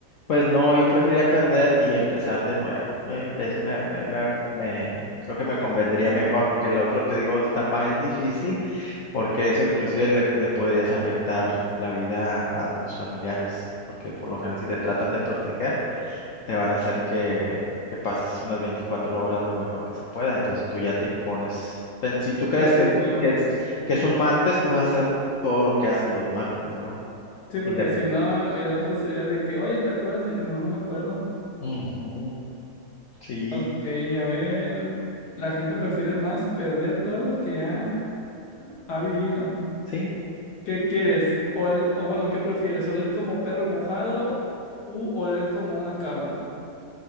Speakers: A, on the left; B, on the left.
A: Pues no, yo prefería perder y empezar de nuevo. No, Eso me, me- me- me- creo que me convendría mejor, porque el otro, te digo, está más difícil, porque eso inclusive le, le podrías afectar la vida a tus familiares, porque por lo general si te tratan de proteger, te van a hacer que, que pases unas 24 horas lo mejor que se pueda. Entonces tú ya te impones. Pen- Si tú crees
B: Pues
A: que,
B: sí, claro.
A: que es, que es un martes, tú vas a hacer todo lo que haces los martes, ¿no?
B: Sí, porque
A: Indep-
B: si no, el otro sería de que, oye, ¿te acuerdas de...? No, no me acuerdo.
A: Ujú, sí,
B: Ok, a ver. La gente prefiere más perder todo lo que ha, ha vivido.
A: sí.
B: ¿Qué quieres? Ol- o bueno, ¿qué prefieres? ¿Oler como perro mojado u oler como una cabra?